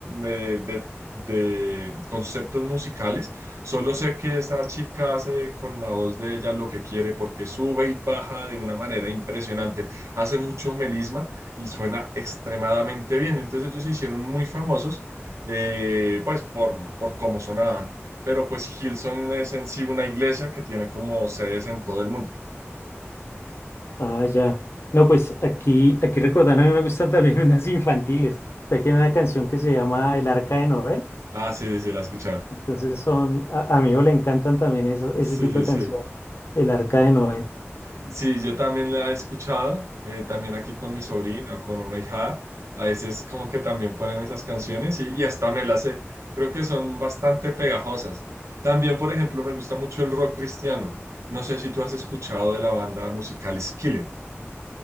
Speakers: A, on the right (about 85°); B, on the left (about 60°).
A: eh, de de conceptos musicales Solo sé que esa chica hace con la voz de ella lo que quiere porque sube y baja de una manera impresionante. Hace mucho melisma y suena extremadamente bien. Entonces ellos se hicieron muy famosos, eh, pues por, por cómo sonaban. Pero pues Hillsong es en sí una iglesia que tiene como sedes en todo el mundo.
B: Ah, ya. No, pues aquí, aquí recordando, a mí me gustan también <laughs> unas infantiles. Aquí hay una canción que se llama El Arca de Noel.
A: Ah, sí, sí, sí, la escuchaba.
B: Entonces son, a, a mi hijo le encantan también eso- ese
A: Sí,
B: tipo
A: sí,
B: de canción.
A: sí.
B: El Arca de Noel.
A: Sí, yo también la he escuchado, eh, también aquí con mi sobrino, con una hija, A veces como que también ponen esas canciones y, y hasta me las sé. Creo que son bastante pegajosas. También, por ejemplo, me gusta mucho el rock cristiano. No sé si tú has escuchado de la banda musical Skillet.